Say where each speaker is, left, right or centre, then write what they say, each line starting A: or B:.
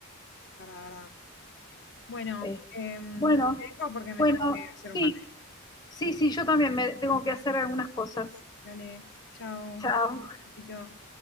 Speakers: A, on the left; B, on the left.
A: Verdad, verdad. Bueno,
B: Eh,
A: em,
B: bueno,
A: te dejo porque me
B: bueno,
A: tengo que hacer
B: sí,
A: un mate.
B: sí, sí, yo también me tengo que hacer algunas cosas.
A: Dale, chao.
B: Chao.
A: Besito.